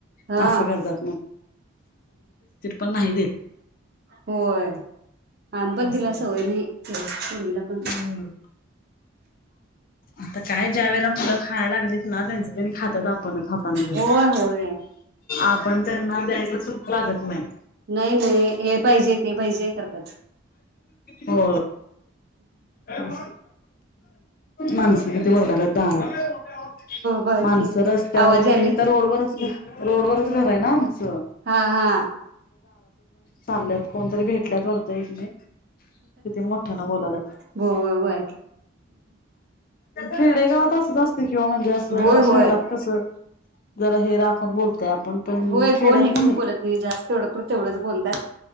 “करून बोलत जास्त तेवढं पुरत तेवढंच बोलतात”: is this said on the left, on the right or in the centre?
Right